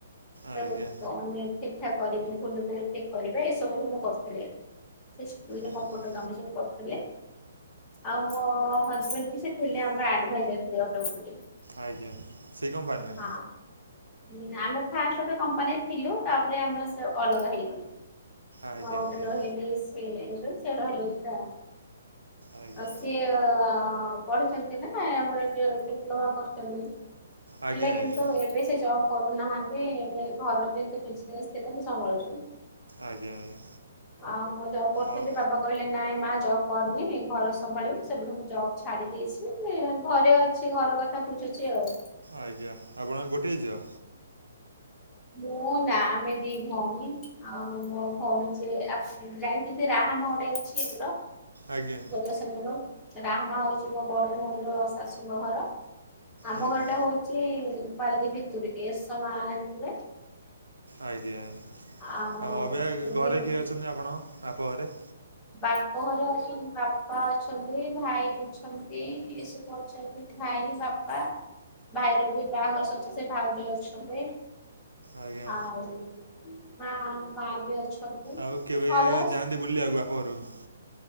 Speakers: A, on the right; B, on the left.
A: ଆଜ୍ଞା
B: ଠିକ୍ ଠାକ କରିବି ଭୁଲଥିଲେ ଠିକ୍ କରିବା ଏସବୁ ବି ମୁଁ କରିଥିଲି। ସେ ସ୍କୁଲରେ
A: ଆଜ୍ଞା।
B: କମ୍ପୁଟର କାମ ସବୁ କରୁଥିଲି। ଆଉ ମୋ ହଜବେଣ୍ଡ ବି ସେ ଥିଲେ ଆମର ଆଡଭାଇଜର ଥିଲେ ଅଟୋ ମୋବାଇଲ ରେ।
A: ଆଜ୍ଞା ସେଇ କମ୍ପାନୀରେ?
B: ହଁ। ହୁଁ ଆମେ ଫାଷ୍ଟ ଗୋଟେ କମ୍ପାନୀରେ ଥିଲୁ ତାପରେ ଆମେ ସେ ଅଲଗା ହେଇଗଲୁ।
A: ଆଜ୍ଞା
B: ମୁଁ ଆଉ ଗୋଟେ
A: ଆଜ୍ଞା
B: ରହିଲି ସି ଏମ୍ସରେ ସେ ରହିଲେ <unintelligible>
A: ଆଜ୍ଞା
B: ଆଉ ସିଏ ପଢିଛନ୍ତି ନା ଆମର ଡିପ୍ଲୋମା କରିଚନ୍ତି।
A: ଆଜ୍ଞା ଆଜ୍ଞା।
B: ହେଲା କିନ୍ତୁ ଏଵେ ସେ ଜବ କରୁନାହାନ୍ତି ଏଵେ ଘରର ଏମିତି ବିଜିନେସ ଥିଲା ସେ ସମ୍ଭାଳୁଛନ୍ତି।
A: ଆଜ୍ଞା ଆଜ୍ଞା
B: ଆଉ ମୁଁ ଜବ କରୁଥିଲି
A: ଆଉ
B: ବାବା କହିଲେ ନାଇଁ ମା ଜବ କରନି ଘର ସମ୍ଭାଳିବୁ ସେଠୁ ମୁଁ ଜବ୍ ଛାଡି ଦେଇଛି ଘରେ ଅଛି ଘର କ କଥା ବୁଝୁଛି ଆଉ।
A: ଆଜ୍ଞା ଆପଣ ଗୋଟେ ଝିଅ?
B: ମୁଁ ନା ଆମେ ଦି ଭଉଣୀ ଆଉ ମୋ ଭଉଣୀ ଜିଏ ଯାଇଥିଲି ରାହାମା ଗୁଟେ ଅଛି <inaudible>
A: ଆଜ୍ଞା।
B: ଜଗତସିଂହପୁର ରାହାମା ହଉଛି ମୋ ବଡ ଭଉଣୀର ଶାଶୁଙ୍କ ଘର। ଆମ
A: ଆଜ୍ଞା
B: ଘରଟା ହଉଚି ପାରାଦ୍ୱୀପ ଭିତୁର ଟିକେ ଏସମା ଯାଣିଥିଵେ?
A: ଆଜ୍ଞା ଆଜ୍ଞା
B: ଆଉ
A: ହଁ ଅବିକା ଘରେ କିଏ ଅଛନ୍ତି ଆପଣଙ୍କ ବାପ ଘରେ?
B: ବାପ ଘରେ ଅଛନ୍ତି ବାପା ଅଛନ୍ତି ଭାଇ ଅଛନ୍ତି ଏସବୁ ଅଛନ୍ତି। ଭାଇ ବାପା ଭାଇର ବି ବାହାଘର ସରିଚି ସେ ଭାଉଜ ଅଛନ୍ତି।
A: ଆଜ୍ଞା
B: ଆଉ ମା ମା ବି ଅଛନ୍ତି।
A: ଆଉ କେବେ
B: ଘରେ
A: ଯାଆନ୍ତି ବୁଲିଵାକୁ ବାପ ଘରୁକୁ?